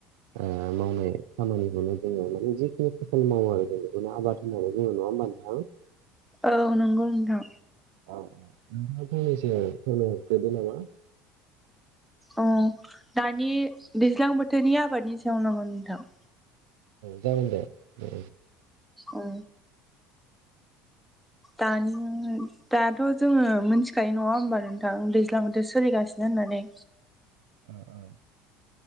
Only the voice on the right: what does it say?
आ मावनाय खामानिखौनो जोङो माने जिखिनि फसल मावो आरो जों बेखौनो आबाद होननानै बुङो नङा होमबा नोंथां। <inaudible>
औ औ नोंथाङा फंनोसै आरो फोरमाय हरथ'दो नामा।
जागोन दे ओ।
ओऔ